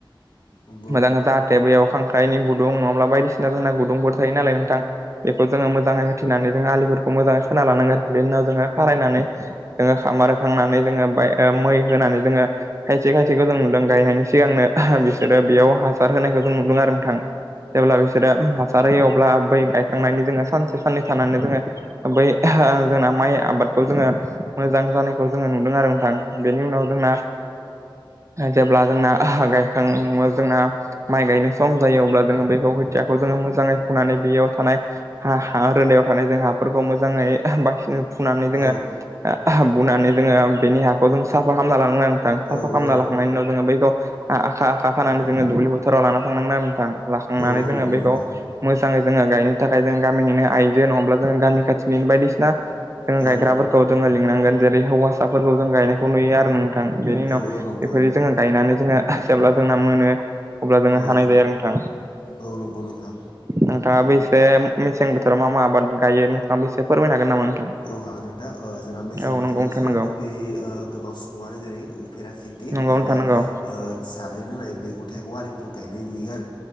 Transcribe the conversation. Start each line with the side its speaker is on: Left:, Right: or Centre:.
Left: नंगौ
Right: मोजां जाहाथे बेयाव खांख्राइनि गुदुं नङाब्ला बायदिसिना जोंना गुदुंफोर थायो नालाय नोंथां बेखौ जोङो मोजाङै होथेनानै जोङो आलिफोरखौ मोजाङै खोना लानांगोन। बेनि उनाव जोङो खारायनानै जोङो सामार होखांनानै जोङो ओ मै होनानै जोङो खायसे खायसेखौ जों गायनायनि सिगांनो बिसोरो बेयाव हासार होनायखौ जों नुदों आरो नोंथां। जेब्ला बिसोरो हासार होयो अब्ला बै गायखांनायनि जोङो सानसे साननै थानानै जोङो बै जोंना माइ आबादखौ जोङो मोजां जानायखौ जोङो नुदों आरो नोंथां। बेनि उनाव जोंना जेब्ला जोंना हा गायखां जोंना माइ गायनो सम जायो अब्ला जोङो बेैखौ खोथियाखौ जो मोजाङै फुनानै बेयाव थानाय हा हा रोदायाव थानाय जों हाफोरखौ मोजाङै बासिनो फुनानै
Left: औ
Right: जोङो बुनानै जोङो बेनि हाखौ जों साफा खालामना लांनांगौ। साफा
Left: औ
Right: खालामना
Left: औ
Right: लांनायनि उनाव जोङो बैखौ आखा आखा खानानै जोङो दुब्लि बोथोराव लाना थांनांगोन आरो नोंथां। हाखांनानै
Left: औ
Right: जोङो
Left: नंगौ
Right: बेखौ
Left: नोंथां
Right: मोजाङै जोङो गायनो थाखाय जों गामिनिनो आइजो नङाब्ला जों गामि खाथिनिनो बायदिसिना जों
Left: औ
Right: गायग्राफोर खौ जोङो लिंनांगोन। जेरै हौवासाफोरखौ जों गायनायखौ नुयो आरो नोंथां बेनि
Left: औ
Right: उनाव
Left: औ नंगौ
Right: बेफोरदि जोङो गायनानै जोङो जेब्ला जोंना मोनो अब्ला जोङो
Left: औ
Right: हानाय
Left: औ
Right: जायो आरो नोंथां।
Left: नंगौ नोंथां
Right: नोंथाङाबो एसे मेसें बोथोराव मा मा आबाद गायो नोंथाङा बेसे फोरमायनो हागोन नोंथां नामा?
Left: औ हागोन नोंथा। ओ जोंना मेसें
Right: औ
Left: बोथोरावथ'
Right: नंगौ नोंथां
Left: जोंना
Right: नंगौ
Left: गुबै ओ गोबां सुबुङानो जेरै उफेरा खि
Right: नंगौ
Left: एबा
Right: नोंथां नंगौ
Left: ओ जानाय लोंनाय मैगं थाइगं आरिफोरखौ गायनाय नुयो।